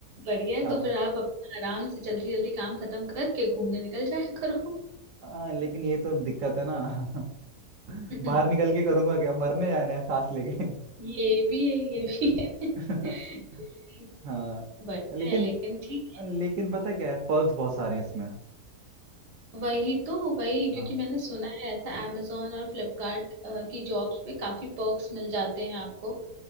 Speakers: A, on the right (about 80°); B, on the right (about 65°).
A: बढ़िया है
B: हाँ
A: तो फिर आप अपना आराम से जल्दी जल्दी काम खत्म करके घूमने निकल जाया करो
B: हाँ लेकिन ये तो दिक्कत है ना <laughs>
A: <laughs>
B: बाहर निकल के करूंगा क्या मरने जाना है सांस लेके
A: ये भी है ये भी है
B: <laughs>
A: <laughs>
B: हाँ
A: बढ़िया
B: लेकिन
A: है लेकिन ठीक है
B: लेकिन पता क्या है पर्क्स बहुत सारे हैं इसमें
A: वही तो वही क्योंकि
B: हाँ
A: मैंने सुना है ऐसा amazon और फ्लिपकार्ट की जॉब्स पे काफी पर्क्स मिल जाते हैं आपको